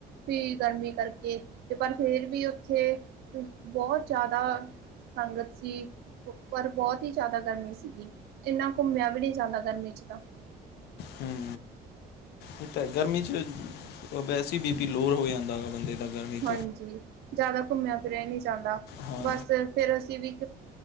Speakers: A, on the right; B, on the left.
A: ਫ ਗਰਮੀ ਕਰਕੇ ਤੇ ਪਰ ਫੇਰ ਵੀ ਉੱਥੇ ਬਹੁਤ ਜ਼ਿਆਦਾ ਸੰਗਤ ਸੀ ਪਰ ਬਹੁਤ ਹੀ ਜ਼ਿਆਦਾ ਗਰਮੀ ਸੀਗੀ ਇੰਨਾ ਘੁੰਮਿਆ ਵੀ ਨਈ ਜਾਂਦਾ ਗਰਮੀ ਚ ਤਾਂ
B: ਹਮ ਓ ਤਾ ਗਰਮੀ ਚ ਵੈਸੇ ਬੀ ਪੀ ਲੋਅ ਹੋ ਜਾਂਦਾ ਹੈ ਬੰਦੇ ਦਾ ਗਰਮੀ ਚ
A: ਹਾਂਜੀ ਜ਼ਿਆਦਾ ਘੁੰਮਿਆ ਫਿਰਿਆ ਹੀ ਨਈ ਜਾਂਦਾ
B: ਹਾਂ
A: ਬਸ ਤੇ ਫਿਰ ਅਸੀਂ ਵੀ